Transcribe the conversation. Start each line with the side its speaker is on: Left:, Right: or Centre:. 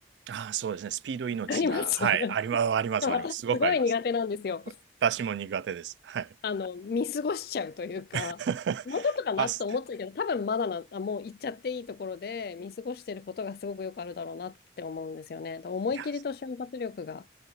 Right: ああ、そうですね。スピード命な。
Left: かります
Right: はい。
Left: <laughs> でも私すごい苦手なんですよ。
Right: あります、あります、あります。すごくあります。私も苦手です。はい。
Left: あの、見過ごしちゃうというか、
Right: <laughs>
Left: もうちょっとかなと思ってたけど、
Right: パス、
Left: 多分まだな、あ、もう行っちゃっていいところで見過ごしてることがすごくよくあるだろうなって思うんですよね。だから思い切りと瞬発力が
Right: いや、